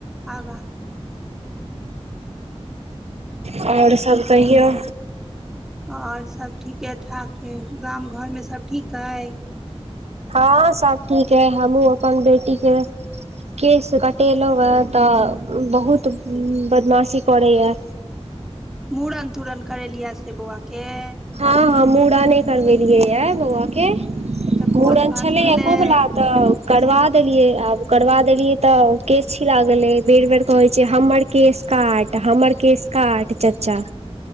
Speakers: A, in the centre; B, on the right.
A: आगाँ
B: आओर सब कहिौ
A: आओर सभ ठीके ठाक अइ गाम घोरमे सभँ ठीक अइ
B: हाँ सब ठीक है हमहुँ अपन बेटी के केश कटेलहुँं हे तऽ बहुत बदमाशी करैया
A: मूड़न तूुरण करेलियै से बौआ केेय
B: हाँ हाँ मुूड़न करवेलियै ये बौआ के
A: तऽ
B: मुूड़न
A: भोज भात
B: छले
A: भेलै
B: हे कोबला तऽ करबा देलियै आब करबा देलियै तऽ केस छिला गेलै बेर बेर कहैत छैय हमर केश काट हमर केश काट चचा